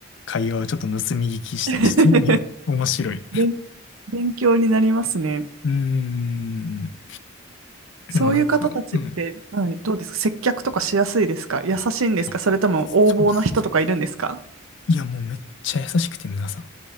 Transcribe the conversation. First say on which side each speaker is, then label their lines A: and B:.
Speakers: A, on the left; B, on the right.
A: 会話をちょっと盗み聞きしたりしてて、
B: <laughs>
A: <laughs> 面白い。
B: 勉、勉強になりますね。
A: うーん。
B: そういう方たちって、
A: でもなんか、うん。
B: はい、どうですか接客とかしやすいですか優しいんですかそれとも横暴な人とかいるんですか
A: あそうです。いや、もうめっちゃ優しくて皆さん。